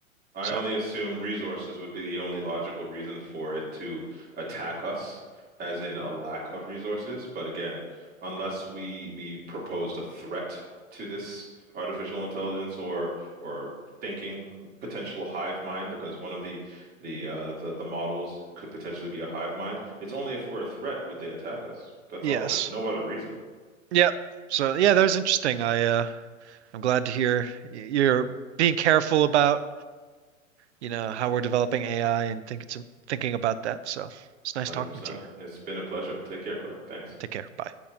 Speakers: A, on the right; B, on the right.
A: I
B: So,
A: only assume resources would be the only logical reason for it to attack us, as in a lack of resources. But again, unless we we proposed a threat to this artificial intelligence or or thinking potential hive mind, because one of the the uh, the, the models could potentially be a hive mind. It's only if we're a threat would they attack us. That's
B: yes.
A: all. There's no other reason.
B: Yep. So yeah, that was interesting. I uh I'm glad to hear y- you're being careful about, you know, how we're developing AI and think it's thinking about that. So it's nice
A: 100%.
B: talking to you.
A: It's been a pleasure. Take care, Clark. Thanks.
B: Take care. Bye.